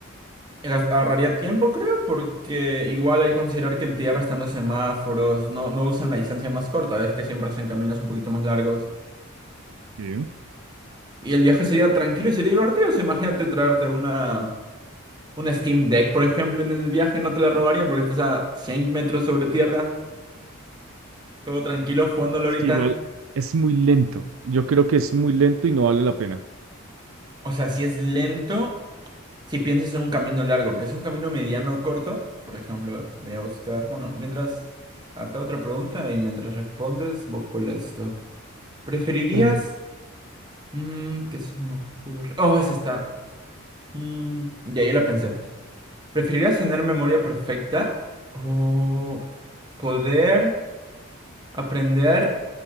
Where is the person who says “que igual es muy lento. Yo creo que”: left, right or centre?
Right